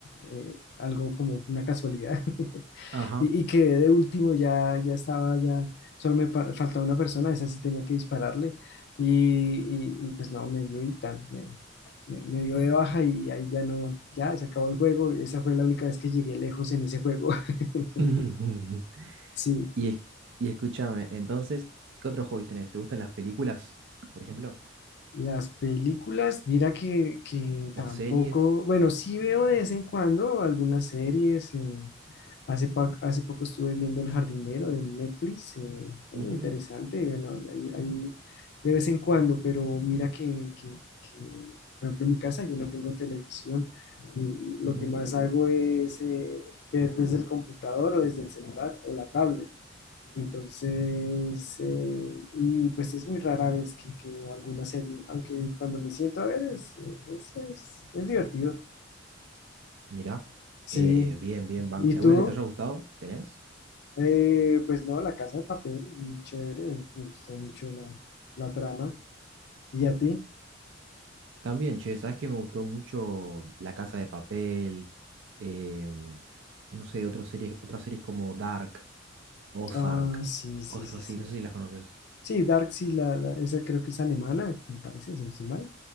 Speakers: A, on the left; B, on the right.
A: eh, algo como una casualidad. <laughs>
B: ajá.
A: Y, y quedé de último, ya, ya estaba, ya solo me pa- faltaba una persona, esa sí tenía que dispararle. Y, y, y, pues no, me dio y tan, me, me- me dio de baja y ahí ya no, ya se acabó el juego. Esa fue la única vez que llegué lejos en ese juego. <laughs>
B: <laughs>
A: Sí,
B: Y, es- y escúchame, entonces, ¿qué otros hobbies tenés? ¿Te gustan las películas, por ejemplo?
A: las películas, mira que, que
B: ¿O
A: tampoco,
B: series?
A: bueno, sí veo de vez en cuando algunas series. eh, Hace, pa- hace poco estuve viendo El Jardinero de Netflix, eh, eh,
B: Ujú,
A: interesante, bueno, ahí- ahí de vez en cuando, pero mira que, que- que, por ejemplo, en mi casa yo no tengo televisión, y lo
B: ujú,
A: que más hago es eh, ver desde el computador o desde el celular o la tablet. Entonces, eh, y pues es muy rara vez que, que veo alguna serie, aunque cuando me siento a ver es, es, es es divertido.
B: Mirá,
A: Sí,
B: eh, bien, bien, banco.
A: ¿y
B: ¿Y alguna
A: tú?
B: que te haya gustado? ¿Tenés?
A: Eh, pues no, La Casa de Papel, muy chévere, me gustó mucho la, la trama. ¿Y a ti?
B: También, che, sabes que me gustó mucho La Casa de Papel, em, no sé, otras series, otras series como Dark, Ozark,
A: Ah, sí, sí,
B: cosas
A: sí,
B: así,
A: sí.
B: no sé si las conoces.
A: Sí, Dark, sí, la, la- esa creo que es alemana, me parece, si no estoy mal.